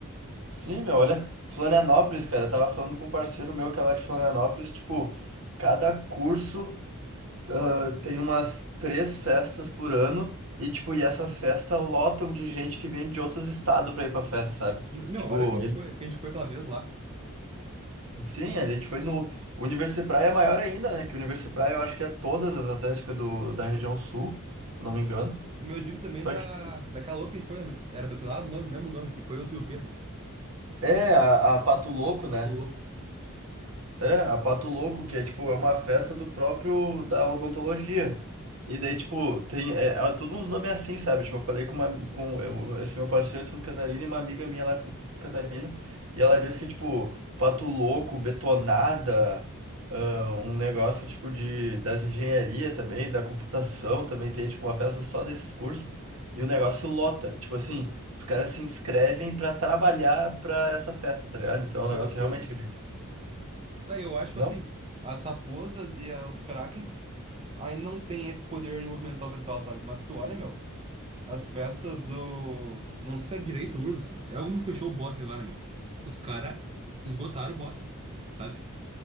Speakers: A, on the right; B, on the right.
A: Sim, meu, olha, Florianópolis, cara, eu tava falando com um parceiro meu que é lá de Florianópolis, tipo, cada curso ah, tem umas três festas por ano e, tipo, e essas festas lotam de gente que vem de outros estados pra ir pra festa, sabe?
B: N- Meu,
A: Tipo,
B: olha que a gente
A: ele-
B: foi, que a gente foi aquela vez lá.
A: sim, a gente foi no o Universipraia é maior ainda, né? Que o Universipraia eu acho que é todas as atléticas do, da região sul, se eu não me engano.
B: Meu, eu digo também
A: Só
B: da,
A: que
B: daquela outra que a gente foi, era Betonado, o nome, não lembro o nome, que foi eu, tu e o Pedro.
A: é a, a Pato Louco, né?
B: Ah, tô louco.
A: É, a Pato Louco, que é tipo, é uma festa do próprio da odontologia. E daí, tipo, tem é, é tudo uns nomes assim, sabe? Tipo, eu falei com uma com eu- esse meu parceiro de Santa Catarina e uma amiga minha lá de Santa Catarina, e ela disse que tipo, Pato Louco, Betonada, ah, um negócio tipo de das engenharia também, da computação também tem tipo uma festa só desses cursos, e o negócio lota. Tipo assim, os caras se inscrevem pra trabalhar pra essa festa, tá ligado? Então é
B: Que
A: um negócio
B: loucura,
A: realmente
B: meu.
A: grande.
B: Daí eu acho, tipo
A: Não?
B: assim, as raposas e a- os krakens aí não tem esse poder de movimentar o pessoal, sabe? Mas tu olha, meu, as festas do. Não sei se é direito, URGS. É alguma que fechou o bosque agora, meu. Os caras esgotaram o bosque, sabe?